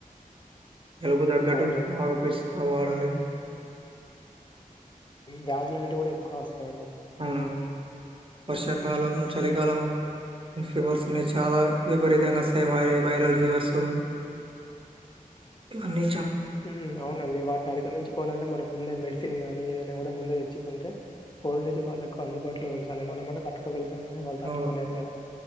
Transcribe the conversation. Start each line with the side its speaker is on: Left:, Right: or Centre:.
Right: జలుబు తగ్గట్టు
Left: అవునండి
Right: బాగా వాడాలి
Left: వ్యాధులు అన్నింటివి కూడా ఎక్కువ వస్తాయండి
Right: ఆ వర్షాకాలం చలికాలం ఫీవర్స్ అవి చాలా విపరీతంగా వస్తాయి వైరల్ ఫీవర్సు అన్ని
Left: ఉ అవునండి వాటిని అధిగమించుకోవాలంటే మనం ముందే మెడిసిన్ గానీ ఏదనా కానీ ముందు తెచ్చుకుంటేఓల్డేజ్ వాళ్ళకు అందుబాటులో ఉంచాలి మనమట తట్టు వాళ్ళు తట్టుకోలేరు
Right: అవును
Left: కదా